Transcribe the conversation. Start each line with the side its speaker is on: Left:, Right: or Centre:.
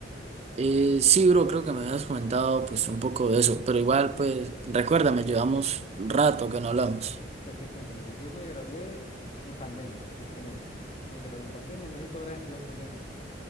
Right: Eh, sí, bro, creo que me habías comentado pues un poco de eso, pero igual pues recuérdame, llevamos un rato que no hablamos.
Left: Pues te cuento, mire, yo me gradué en pandemia, tristemente. Yo me gradué en pandemia, no sé si tú habrás estudiado en pandemia.